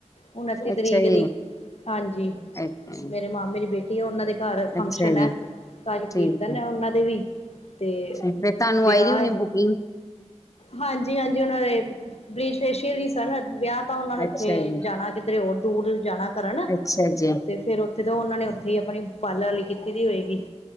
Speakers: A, on the left; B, on the left.
A: ਉਨੱਤੀ ਤਰੀਕ
B: ਅੱਛਾ ਜੀ
A: ਦੀ ਹਾਂਜੀ,
B: ਅੱਛਾ
A: ਮੇਰੇ ਮਾਮੇ ਦੀ ਬੇਟੀ ਆ, ਉਹਨਾਂ ਦੇ ਘਰ ਫੰਕਸ਼ਨ
B: ਅੱਛਾ
A: ਆ।
B: ਜੀ
A: ਅੱਜ
B: ਠੀਕ
A: ਕੀਰਤਨ
B: ਹੈ
A: ਐ, ਉਹਨਾਂ ਦੇ ਵੀ ਤੇ
B: ਫੇਰ ਤੁਹਾਨੂੰ
A: ਵਿਆਹ
B: ਆਈ ਦੀ ਹੋਣੀ
A: ਐ
B: ਬੁਕਿੰਗ
A: ਹਾਂਜੀ-ਹਾਂਜੀ, ਉਹਨਾਂ ਦੇ ਬਲੀਚ ਫੇਸ਼ੀਅਲ ਹੀ ਸਨ। ਵਿਆਹ ਤਾਂ, ਉਹਨਾਂ ਨੇ ਉੱਥੇ
B: ਅੱਛਾ ਜੀ
A: ਜਾਣਾ ਕਿਧਰੇ ਹੋਰ ਦੂਰ ਜਾਣਾ ਕਰਨ।
B: ਅੱਛਾ ਜੀ
A: ਤੇ ਫੇਰ ਉੱਥੇ ਤਾਂ ਉਹਨਾਂ ਨੇ ਉੱਥੇ ਹੀ ਆਪਣੀ ਪਾਲਰ ਆਲੀ ਕੀ ਤੀ ਹੋਏਗੀ